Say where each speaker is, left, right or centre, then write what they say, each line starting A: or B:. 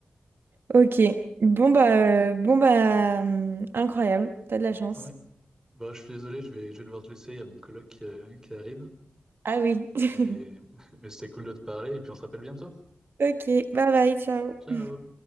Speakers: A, on the right; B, on the right.
A: Ok. Bon, bah, euh, bon, bah, hum, incroyable. T'as de la chance.
B: Ouais, bah, je suis désolé, je vais, je vais devoir te laisser. Il y a mon coloc qui, euh, qui arrive.
A: Ah oui. <laughs>
B: Mais, <laughs> mais c'était cool de te parler et puis on se rappelle bientôt.
A: Ok. Bye bye. Ciao.
B: Ciao!